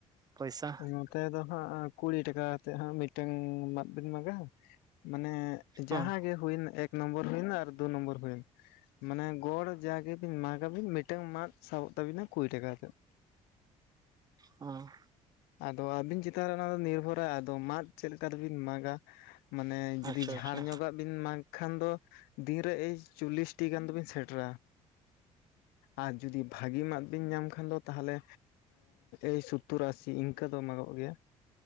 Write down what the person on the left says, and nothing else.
ᱱᱚᱛᱮ ᱫᱚ ᱦᱟᱸᱜ ᱠᱩᱲᱤ ᱴᱟᱠᱟ ᱠᱟᱛᱮ ᱦᱟᱸᱜ ᱢᱤᱫᱴᱟᱝ ᱵᱟᱫ᱾ ᱵᱤᱱ ᱢᱟᱜᱟ ᱢᱟᱱᱮ
ᱡᱟᱦᱟᱸ ᱜᱮ ᱦᱩᱭ ᱮᱱ ᱮᱹᱠ ᱱᱚᱢᱵᱚᱨ ᱦᱩᱭᱮᱱ ᱟᱨ ᱫᱩ ᱱᱚᱢᱵᱚᱨ ᱦᱩᱭᱮᱱ᱾ ᱢᱟᱱᱮ ᱜᱚᱲ ᱡᱟᱜᱮᱵᱤᱱ ᱢᱟᱜᱟᱵᱤᱱ ᱢᱤᱫᱴᱟᱝ ᱢᱟᱫ ᱥᱟᱵᱚᱜ ᱛᱟᱵᱤᱱᱟ ᱠᱩᱲᱤ ᱴᱟᱠᱟ ᱠᱟᱛᱮᱫ᱾
ᱟᱫᱚ ᱟᱹᱵᱤᱱ ᱪᱮᱛᱟᱱ ᱨᱮ ᱚᱱᱟ ᱫᱚ ᱱᱤᱨᱵᱷᱚᱨᱟ ᱟᱫᱚ ᱢᱟᱫ ᱪᱮᱫ ᱞᱮᱠᱟ ᱛᱮᱵᱤᱱ ᱢᱟᱜᱟ? ᱢᱟᱱᱮ ᱡᱩᱫᱤ
ᱡᱷᱟᱲ
ᱧᱚᱜᱟᱜ ᱵᱤᱱ ᱢᱟᱜᱽ ᱠᱷᱟᱱ ᱫᱚ ᱫᱤᱱᱨᱮ ᱮᱭ ᱪᱚᱞᱞᱤᱥᱴᱤ ᱜᱟᱱ ᱫᱚᱵᱤᱱ ᱥᱮᱴᱮᱨᱟ᱾ ᱟᱨ ᱡᱩᱫᱤ ᱵᱷᱟᱜᱤ ᱢᱟᱫ ᱵᱤᱱ ᱧᱟᱢ ᱠᱷᱟᱱ ᱫᱚ ᱛᱟᱦᱟᱞᱮ ᱮᱭ ᱥᱳᱛᱛᱳᱨ ᱟᱥᱤ ᱤᱱᱠᱟ ᱫᱚ ᱢᱟᱜᱚᱜ ᱜᱮᱭᱟ᱾